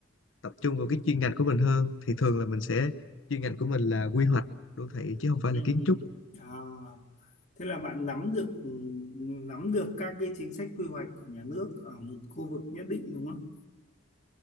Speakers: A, on the left; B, on the left.
A: tập trung vào cái chuyên ngành của mình hơn thì thường là mình sẽ chuyên ngành của mình là quy hoạch đô thị chứ không phải
B: Ừ.
A: là kiến trúc
B: À, thế là bạn nắm được ừ, nắm được các cái chính sách quy hoạch của nhà nước ở một khu vực nhất định đúng không?